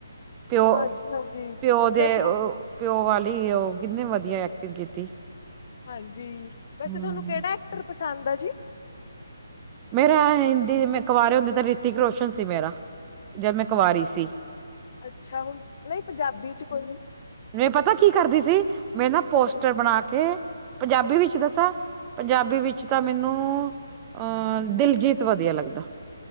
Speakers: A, on the right; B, on the left.
A: ਪਿਓ,
B: ਹਾਂਜੀ ਹਾਂਜੀ।
A: ਪਿਓ ਦੇ
B: ਰਜਨੀ
A: ਔ ਪਿਓ ਵਾਲੀ ਓ ਕਿੰਨੀ ਵਧੀਆ ਐਕਟਿੰਗ ਕੀਤੀ।
B: ਹਾਂਜੀ ਵੈਸੇ
A: ਹੂੰ।
B: ਤੁਹਾਨੂੰ ਕਿਹੜਾ ਐਕਟਰ ਪਸੰਦ ਆ ਜੀ?
A: ਮੇਰਾ ਹਿੰਦੀ ਮੈਂ ਕਵਾਰੇ ਹੁੰਦੇ ਤਾਂ ਰਿਤਿਕ ਰੋਸ਼ਨ ਸੀ ਮੇਰਾ, ਜਦ ਮੈਂ ਕਵਾਰੀ ਸੀ।
B: ਅੱਛਾ ਹੁਣ ਨਹੀਂ ਪੰਜਾਬੀ 'ਚ ਕੋਈ,
A: ਨਹੀ ਮੈਂ ਪਤਾ ਕੀ ਕਰਦੀ ਸੀ, ਮੈਂ ਨਾ ਪੋਸਟਰ
B: ਹਾਂਜੀ।
A: ਬਣਾ ਕੇ, ਪੰਜਾਬੀ ਵਿੱਚ ਦੱਸਾਂ, ਪੰਜਾਬੀ ਵਿੱਚ ਤਾਂ ਮੈਨੂੰ ਅ ਦਿਲਜੀਤ ਵਧੀਆ ਲੱਗਦਾ।